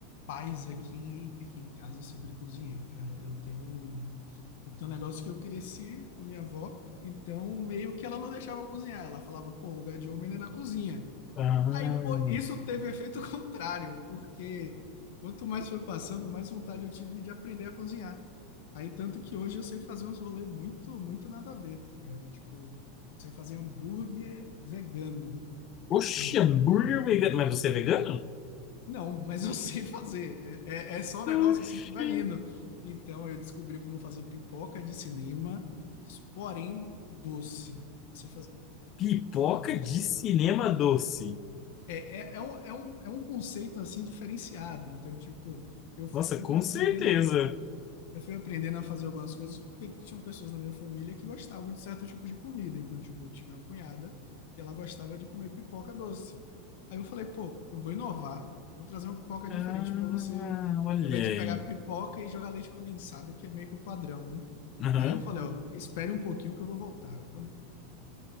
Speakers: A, on the left (about 65°); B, on the left (about 40°).
A: Pais aqui, aqui em casa eu sempre cozinhei, cara. Eu tenho um, eu tenho um negócio que eu cresci com minha avó, então meio que ela não deixava eu cozinhar. Ela falava, pô, lugar de homem não é na cozinha.
B: Ah,
A: Aí, pô, isso teve efeito <laughs> contrário, porque quanto mais foi passando, mais vontade eu tive de aprender a cozinhar. Aí, tanto que hoje eu sei fazer uns rolês muito, muito nada a ver, tá ligado? Tipo, eu sei fazer hambúrguer vegano,
B: oxe,
A: uns
B: hambúrguer
A: com
B: vegano. Mas você é vegano?
A: Não, mas eu <laughs> sei fazer. É, é, é só um negócio
B: Oxi.
A: assim que vai indo. Então eu descobri como fazer pipoca de cinema, porém doce. Eu sei fazer
B: Pipoca
A: cinema doce.
B: de cinema doce.
A: É, é, é um, é um, é um conceito assim diferenciado. Então, tipo, eu, fui-
B: Nossa, com
A: eu fui aprendendo
B: certeza.
A: eu fui aprendendo a fazer algumas coisas porque tinham pessoas na minha família que gostavam de certo tipo de comida. Então, tipo, eu tive uma cunhada que ela gostava de comer pipoca doce. Aí eu falei, pô, eu vou inovar, vou trazer uma pipoca
B: Ah,
A: diferente para você,
B: olha
A: ao invés de
B: aí.
A: pegar pipoca e jogar leite condensado, que é meio que o padrão, né?
B: Aham.
A: Aí eu falei, ó, espere um pouquinho que eu vou voltar. Quando